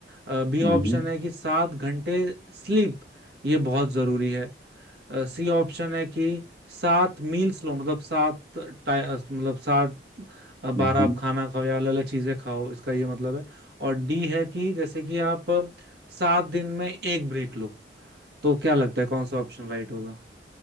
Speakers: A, on the right; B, in the centre.
A: अ, बी ऑप्शन
B: हम्म हम्म,
A: है कि सात घंटे स्लीप ये बहुत जरूरी है अ, सी ऑप्शन है कि सात मील्स लो मतलब सात टाइ- अ, मतलब सात अ, बार
B: हम्म,
A: आप खाना खाओ या अलग अलग चीजें खाओ इसका ये मतलब है और डी है कि जैसे कि आप अ, सात दिन में एक ब्रेक लो तो क्या लगता है कौन सा ऑप्शन राइट होगा